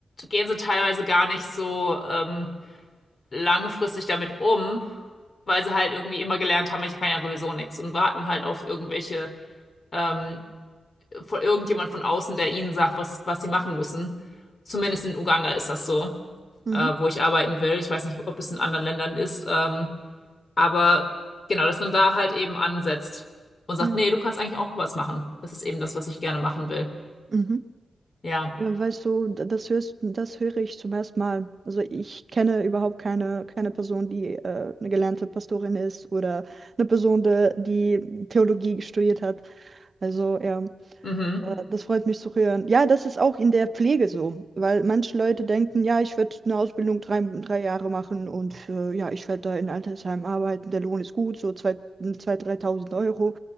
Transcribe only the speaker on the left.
gehen sie teilweise gar nicht so. Ähm, langfristig damit um, weil sie halt irgendwie immer gelernt haben, ich kann ja sowieso nichts und warten halt auf irgendwelche, ähm, von irgendjemand von außen, der ihnen sagt, was, was sie machen müssen. Zumindest in Uganda ist das so,
äh, wo ich arbeiten will. Ich weiß nicht, ob es in anderen Ländern ist, ähm, aber genau, dass man da halt eben ansetzt und sagt,
nee,
du kannst eigentlich auch was machen. Das ist eben das, was ich gerne machen will.
Ja.
Mhm.